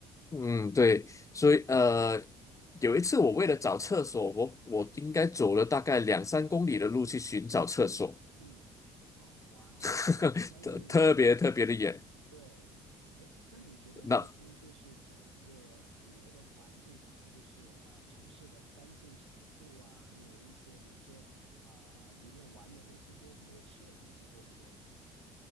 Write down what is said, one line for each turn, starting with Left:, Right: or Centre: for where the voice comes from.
Left: 嗯，对，所以呃，有一次我为了找厕所，我我应该走了大概两三公里的路去寻找厕所，
Right: 嗯，哦，哇哦，
Left: <laughs>
Right: 两三公里就有。
Left: 特特别特别的远。
Right: 对，哎，那你觉得那边就是整个旅游的环境怎么样？
Left: 那
Right: 就是呃，城市的干净程度啊，还有一些比如说啊、呃，里面玩的东西多不多，吃的东西多不多呀？